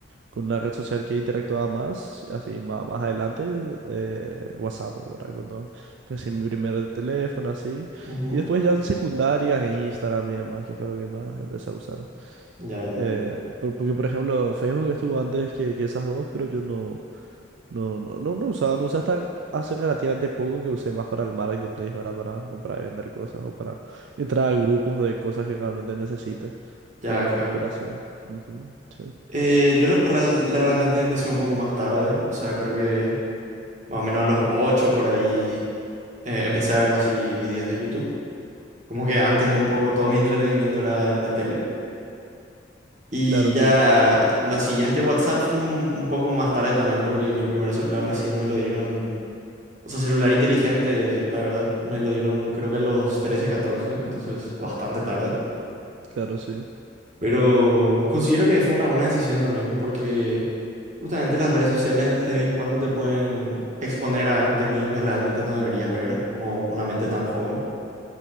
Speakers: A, on the right (about 65°); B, on the right (about 40°).
A: con una red social que interactuaba más, así más, más adelante, eh, WhatsApp, ¿verdad? Cuando recibí mi primer teléfono, así.
B: Ujú.
A: Y después ya en secundaria, Instagram y demás, que fue lo que más empecé a usar.
B: Ya, ya,
A: Eh,
B: ya.
A: por- porque, por ejemplo, Facebook estuvo antes que, que esas dos, pero yo no... No, no, no, no usaba, no usaba hasta hace relativamente poco que usé más para el marketplace, ¿verdad? Para comprar y vender cosas o para entrar a grupos de cosas que realmente necesites.
B: Ya,
A: Pero,
B: claro.
A: pero así. ujú, sí.
B: Eh, yo lo- real- realmente empecé un poco más tarde, o sea, creo que más o menos a los 8 por ahí eh, empecé a ver así videos de YouTube. Como que antes un poco todo mi entretenimiento era en la tele. Y
A: Claro, entiendo.
B: ya la siguiente WhatsApp fue un, un poco más tarde también, porque mi primer celular recién me lo dieron, o sea, celular inteligente, la verdad, me lo dieron creo que a los 13 14 entonces bastante tarde.
A: Claro, sí.
B: Pero considero que fue una buena decisión también, porque justamente las redes sociales de vez en cuando te pueden exponer a contenido que realmente no deberías ver, como una mente tan joven.